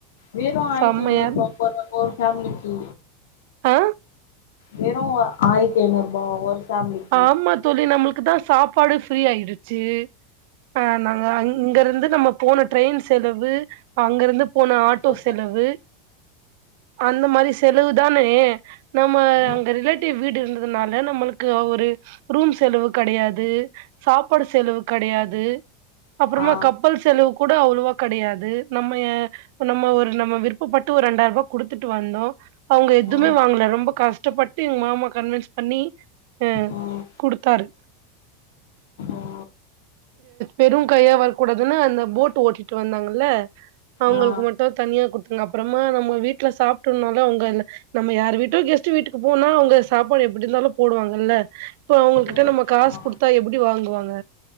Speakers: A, on the left; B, on the right.
A: வெறு ஆயிரத்தி
B: செம்மையா
A: ஐநூறுபா
B: இரு-
A: போறாங்க ஒரு ஃபேமிலிக்கு
B: ஆ
A: வெறு ஆய்ரத்தி ஐநூறுபா ஒரு ஃபேமிலிக்கு
B: ஆமா தோழி நம்மளுக்கு தா சாப் பாடு ஃப்ரீ ஆயிடுச்சு ஆ நாங்க அங்க ருந்து நம்ம போன ட்ரெயின் செலவு அங்கிருந்து போன ஆட்டோ
A: அப்றோ
B: செலவு அந்த மாரி செலவு தானே நம்ம
A: ம்
B: அங்க ரிலேட்டிவ் வீடு இருந்ததுனால நம்மளுக் கு ஒரு ரூம் செலவு கெடையாது சாப்பாடு செலவு கெடையாது அப்பறமா
A: ஆ ஆ
B: கப்பல் செலவு கூட அவ்வளவா கெடையாது நம்ம நம்ம ஒரு நம்ம விருப்பப்ப ட்டு ஒரு ரெண்டாயிருவா குடுத்துட்டு வந்தோ அவங்க எதுவமே
A: ம்
B: வாங்கல ரொம்ப கஷ் டப்பட்டு எங்க மாமா கன்வின்ஸ் பண்ணி அ
A: ம்
B: குடுத்தாரு
A: ஓ
B: வெறு கையா வரக்கூடாதுன்னு அந்த போட் ஓட்டிட்டு வந்தாங்கல்ல அவங்களுக்கு
A: ஆ
B: மட்டு தனியா குடுத்தங்க அப்பறமா நம்ம வீட்ல சாப்ட்டோன்னாலு அவுங்கைல நம்ம யார் வீட்டோ கெஸ்ட்டு வீட்டுக்கு போனோ அவங்க சாப்பாடு எப்படி இருந்தாலு போடுவாங்கல்ல இப்ப அவங்கள் கிட்ட
A: ம்
B: நம்ம காசு
A: ஆ
B: குடுத்தா எப்படி வாங்குவாங்க